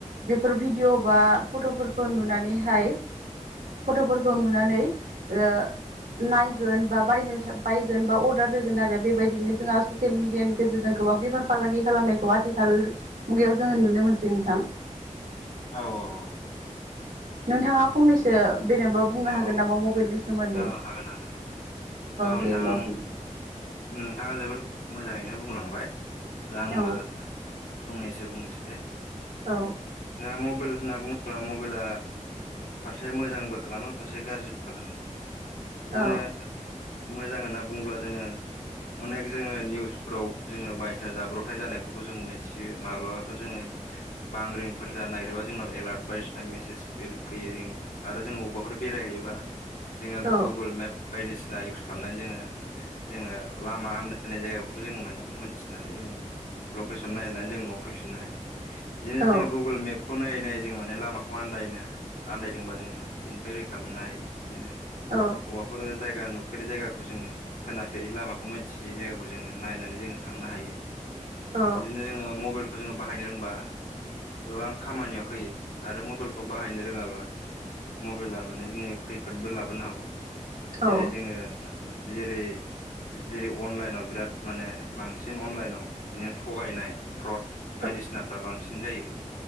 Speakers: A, on the right; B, on the left.
A: बेफोर भिडिय' बा फट'फोरखौ नुनानैहाय फट'फोरखौ नुनानै ओ नायगोन बा बायनो बायगोन बा अर्डार होगोन आरो बेबायदिनो जोंहा ससियेल मिडियानि गेजेरजों गोबां बेफार फालांगि खालामनायखौ आथिखाल मुगायाव जोङो नुनो मोनसै नोंथां
B: औ औ औ
A: नोंथाङा फंनैसो बेनोबो बुंनो
B: औ
A: हागोन नामा मबाइलनि सोमोन्दै
B: औ हागोन हागोन औ नोंथां
A: दे होमबा बुं
B: नोंथाङा जोबोद मोजाङैनो बुंलांबाय दा आंबो
A: औ
B: फंनैसो बुंनोसै <unintelligible>
A: औ
B: मबाइल होनना बुङोब्ला मबाइला फारसे मोजांबो खालामो फारसे गाज्रिबो खालामो बिदिनो
A: औ
B: मोजां होनना बुंङोब्ला जोङो अनेक जोङो निउसफ्राव जोङो बायदिसिना जाब्रबथाय जानायफोरखौ जों मोनथियो माब्लाबाफोर जोङो बांग्रिंफोर जानो नागिरोबा जोंनाव एलार्ट बायदिसिना मेसेजफोर फैयो जों आरो जोंङो अबेबाफोर बेरायहैबा जोंहा
A: औ
B: गुगोल मेप बायदिसिना युस खालामनानै जोङो जोङो लामा आन्दायनाय जायगाखौबो जोङो माने मोनथिनानै जोङो लकेसन नायनानै जों न'आव फैफिननो हायो बिदिनो
A: औ
B: जों गुगोल मेप खौ नायै नायै जों माने लामाखौ आन्दायनो आन्दायदोंबा जोङो बेनिफ्राय रैखा मोननो हायो। बिदिनो
A: औ
B: अबावबाफोर जायगा नुफेरो जायगाखौ जोङो खोनाफेरि लामाखौ मोनथियै जाय जोंङो नायनानै जोंङो थांनो हायो
A: औ
B: बिदिनो जोंङो मबाइल खौ जोङो बाहायनो रोंबा गोबां खामानियाव होयो आरो मबाइलखौ बाहायनो रोङाबा मबाइला माने जोंनो खैफोदबो लाबोनो हागौ।
A: औ।
B: जेरै जोङो जेरै जेरै अनलाइनाव बिराद माने बांसिन अनलाइनाव बिदिनो थगायनाय फ्रड
A: औ
B: बायदिसिनाफ्रा बांसिन जायो